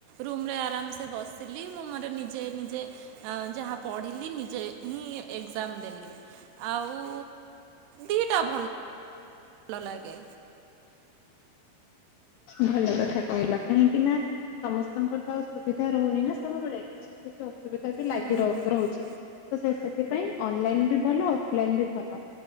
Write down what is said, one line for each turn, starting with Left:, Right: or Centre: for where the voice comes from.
Right: ରୁମରେ ଆରାମସେ ସେ ବସିଲି ମୁଁ ମୋର ନିଜେ ନିଜେ ଯାହା ପଢ଼ିଲି ନିଜେ ହିଁ ଏକ୍ଜାମ ଦେଲି ଆଉ ଦିଟା ଭଲ ଭଲ ଲାଗେ
Left: ଭଲ କଥା କହିଲ କାହିଁକି ନା ସମସ୍ତଙ୍କର ତ ସୁବିଧା ରହୁନି ନା ସବୁବେଳେ କିଛି ନା କିଛି ଅସୁ ବିଧା ବି ଲାଗି
Right: ହୁଁ ହୁଁ
Left: ର
Right: ହୁଁ
Left: ରହୁଛି ତ ସେ ସେଥିପାଇ ଅନଲାଇନ୍ ବି ଭଲ ଅଫଲାଇନ୍ ବି ଭଲ